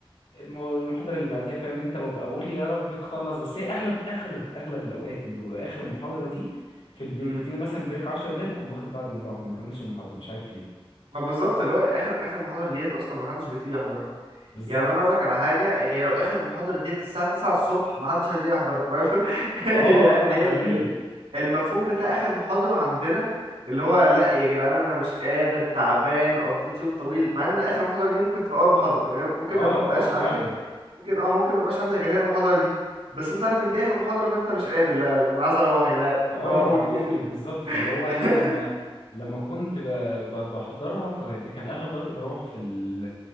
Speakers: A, on the left; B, on the right.
A: الم- المحاضرة اللي
B: مم.
A: بعديها فاهم انت ببقى اقول يا رب تخلص بس هي اغلب اغلب اغلب الاوقات اللي بيبقى اخر محاضرة دي في البيت
B: مم.
A: بيدينا مثلا بريك 10 دقايق بكون واخد بعضي ومروح ما بكملش المحاضرة مش عارف ليه
B: ما بالظبط اللي هو اخر اخر محاضره ديت اصلا ما حدش بيطيق يحضرها
A: بالظبط
B: يعني انا اقول لك على حاجه هي لو اخر محاضره ديت الساعه 9 الصبح ما حدش هيطيق يحضرها واقف؟ <laughs> هي
A: اه اه ده
B: هي
A: حقيقي
B: ال- ال- المفهوم بتاع اخر محاضره عندنا اللي هو لا يا جدعان انا مش قادر تعبان قضيت يوم طويل مع ان اخر محاضره دي ممكن تبقى اول محاضره يعني ممكن
A: اه
B: ما يبقاش
A: اه فعلا
B: عندك ممكن اه ممكن ما يبقاش عندك غير هي المحاضره دي بس انت عارف ان دي اخر محاضره فانت مش قادر لا لا انا عايز اروح يا جدعان
A: اه
B: روحوني
A: روحوني بالظبط فاللي هو
B: <laughs>
A: انا لما لما كنت ب... ب... بحضرها فكان اغلب الوقت بروح في ال...